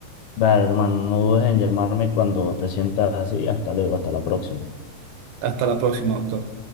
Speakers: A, on the left (about 70°); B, on the right (about 75°).
A: Vale, hermano, no dudes en llamarme cuando te sientas así. Hasta luego, hasta la próxima.
B: Hasta la próxima, doctor.